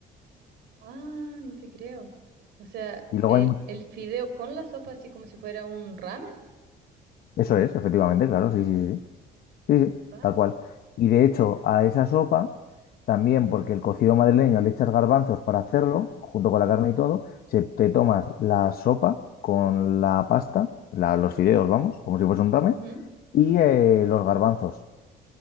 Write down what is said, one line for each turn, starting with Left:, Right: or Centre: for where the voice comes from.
Right: Ah, no te creo. O sea,
Left: Y luego
Right: el,
Left: hay mucho.
Right: el fideo con la sopa así como si fuera un ramen.
Left: Eso es, efectivamente, claro, sí, sí, sí. sí. Sí, sí.
Right: Va.
Left: tal cual. Y de hecho, a esa sopa, también porque el cocido madrileño le echas garbanzos para hacerlo, junto con la carne y todo, se, te tomas la sopa con la pasta, la- los fideos, vamos, como si fuese un ramen,
Right: Ujú.
Left: y eh, los garbanzos.